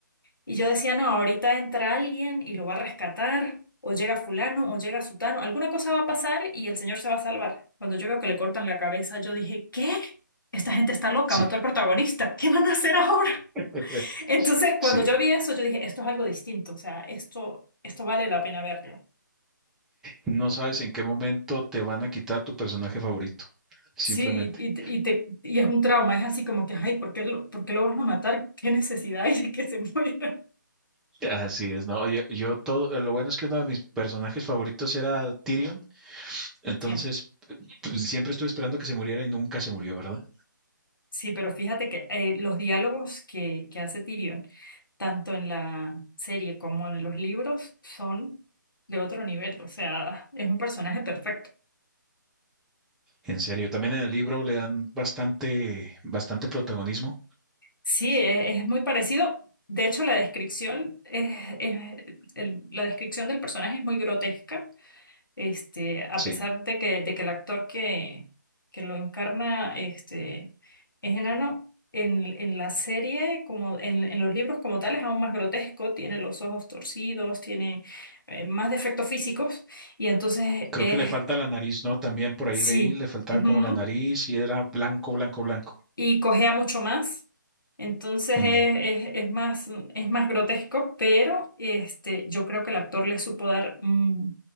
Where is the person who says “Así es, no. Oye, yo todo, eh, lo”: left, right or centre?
Centre